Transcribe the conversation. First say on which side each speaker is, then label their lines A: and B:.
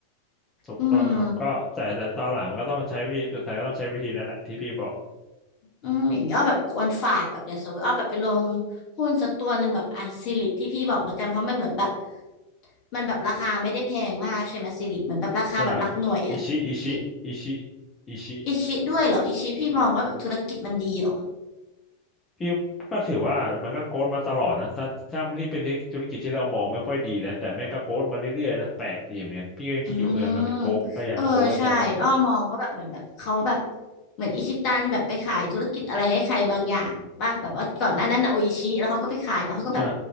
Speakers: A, on the left (about 15°); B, on the left (about 40°).
A: ถูกต้องครับก็แต่แต่ตอนหลังมันก็ต้องใช้วิธีสุดท้ายก็ต้องใช้วิธีนั้นแหละที่พี่บอก
B: อืมอืมอย่างนี้อ้อแบบควรฝากแบบอย่างสมมติอ้อแบบไปลงหุ้นสักตัวหนึ่งแบบอ่ะสิริที่พี่บอกแล้วกันเพราะมันเหมือนแบบมันแบบราคาไม่ได้แพงมากใช่ไหมสิริเหมือนแบบราคาแบบหลักหน่วยอ่ะที่
A: ใช่อิชิอิชิอิชิอิชิ
B: อิชิด้วยเหรออิชิพี่มองว่าแบบธุรกิจมันดีเหรอ
A: พี่ก็ถือว่ามันก็โกรธมาตลอดนะถ้าถ้าที่เป็นธุรกิจที่เรามองไม่ค่อยดีนะ แต่แม่งก็โกรธมาเรื่อยๆนะแปลกดีเหมือนกันพี่ก็ยังคิดอยู่เออมันเป็นโกรธก็ยังโกรธจัง
B: อืมเออใช่อ้อมองว่าแบบเหมือนแบบเขาแบบเหมือนอิชิตันแบบไปขายธุรกิจอะไรให้ใครบางอย่างป่ะแบบว่าก่อนหน้านั้นนะโออิชิแล้วเขาก็ไปขายแล้วเขาก็แบบ
A: ใช่